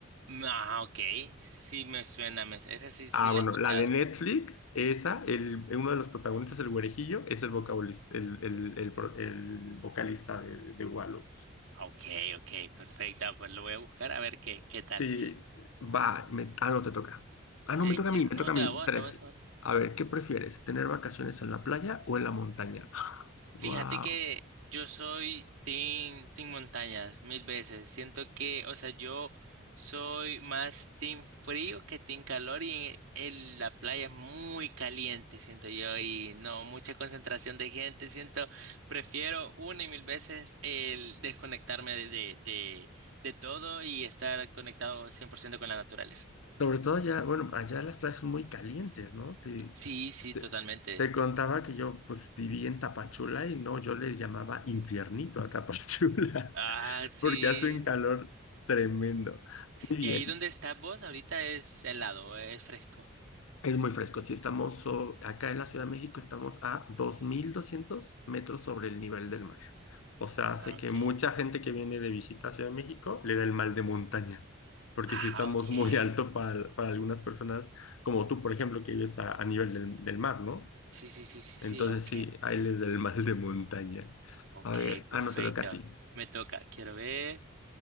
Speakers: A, on the right; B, on the left.
A: Ah, ok. Sí me suena, me... esa sí, sí
B: Ah,
A: la
B: bueno,
A: he escuchado.
B: la de Netflix, esa, el, uno de los protagonistas, el güerejillo, es el vocalista, el, el, el, pro- el vocalista de, de Wallows.
A: Ah, Ok, ok, perfecta. Pues lo voy a buscar a ver qué, qué tal.
B: Sí, va, me- ah, no te toca. Ah, no,
A: Eh,
B: me toca
A: quiero...
B: a mí, me
A: No,
B: toca
A: te
B: a mí.
A: da voz,
B: Tres.
A: a vos, a vos.
B: A ver, ¿qué prefieres? ¿Tener vacaciones en la playa o en la montaña? <gasps>
A: Fíjate
B: Wow.
A: que yo soy team, team montañas mil veces. Siento que, o sea, yo soy más team frío que team calor y en, en la playa es muy caliente, siento yo, y no, mucha concentración de gente. Siento, prefiero una y mil veces el desconectarme de, de, de, de todo y estar conectado 100% con la naturaleza.
B: Sobre todo allá, bueno, allá las playas son muy calientes, ¿no? Te,
A: Sí, sí,
B: te,
A: totalmente.
B: te contaba que yo pues viví en Tapachula y no, yo le llamaba infiernito a Tapachula,
A: Ah,
B: <laughs>
A: sí.
B: porque hace un calor tremendo. Muy bien.
A: ¿Y ahí donde estás vos ahorita es helado, es fresco?
B: Es muy fresco, Si estamos so- acá en la Ciudad de México estamos a 2.200 metros sobre el nivel del mar. O sea, hace
A: Ah,
B: que
A: ok.
B: mucha gente que viene de visita a Ciudad de México le da el mal de montaña, porque
A: Ah,
B: si estamos
A: ok. Sí,
B: muy alto para, para algunas personas, como tú, por ejemplo, que vives a, a nivel del, del mar, ¿no?
A: sí, sí, sí, sí,
B: Entonces
A: ok.
B: sí, ahí les da el mal de montaña.
A: Ok,
B: A ver,
A: perfecto.
B: ah, no te toca a ti.
A: Me toca. Quiero ver.